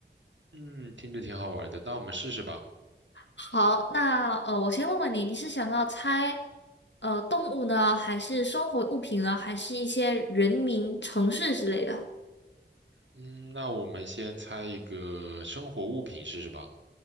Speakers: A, on the right; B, on the left.
A: 嗯，听着挺好玩的，那我们试试吧。
B: 好，那呃，我先问问你，你是想要猜呃动物呢，还是生活物品呢，还是一些人名、城市之类的？
A: 嗯，那我们先猜一个生活物品试试吧。